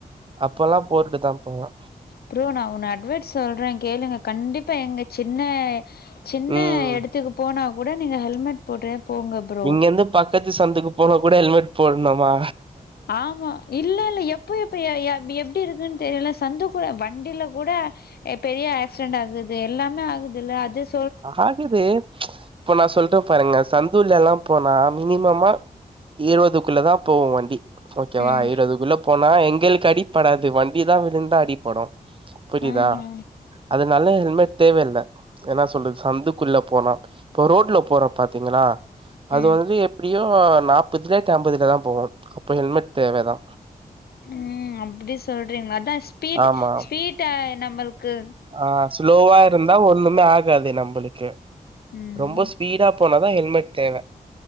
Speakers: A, on the right; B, on the left.
A: அப்பல்லாம் போட்டுட்டு தா போவே
B: ஃப்ரோ நா உன்ன அட்வைஸ் சொல்றேன் கேளுங்க கண்டிப்பா எங்க சின்ன சின்ன
A: ம்
B: எடத்துக்கு போனா கூட நீங்க ஹெல்மெட் போடுன் போங்க ப்ரோ
A: இங்க இருந்து பக்கத்து சந்தக்கு போனா கூட ஹெல்மெட் போட்ணமா
B: ஆமா இல்ல இல்ல எப்போ எ எப்டி இருக்குன்னு தெரியுல்ல சந்தக்கூட வண்டில கூட எப் பெரிய ஆக்சிடெண்ட் ஆகுது எல்லாமே ஆகுது இல்ல அட்ஜெஸ்
A: ஆகுது இப்போ நா சொல்றேன் பாருங்க சந்துல்லல்லா போனா மினிமமா இருவதுக்குள்ள தா போவு வண்டி ஓகேவா
B: ம்
A: இருவதுக்குள்ள போனா எங்களுக்கு அடிப்படாது வண்டிதா விழுந்தா அடிப்படு புரியுதா
B: ஆஹா
A: அதனால ஹெல்மெட் தேவல்ல ஏன்னா சொல்றது சந்து குள்ள போனா இப்ப ரோட்ல போற பாத்தீங்களா அது
B: ம்
A: வந்து எப் எப்டியோ நாப்பதுலேட்டு அம்பதுலதா போவோ அப்போ ஹெல்மெட் தேவதா
B: ம் அப்டி சொல்றீங்ளா அதா ஸ்பீட்
A: ஆமா
B: ஸ்பீட்டா நம்மள்க்கு
A: ஆ ஸ்லோவா இருந்தா ஒண்ணுமே ஆகாது நம்பளுக்கு
B: ம்
A: ரொம்ப ஸ்பீடா போனாதா ஹெல்மெட் தேவ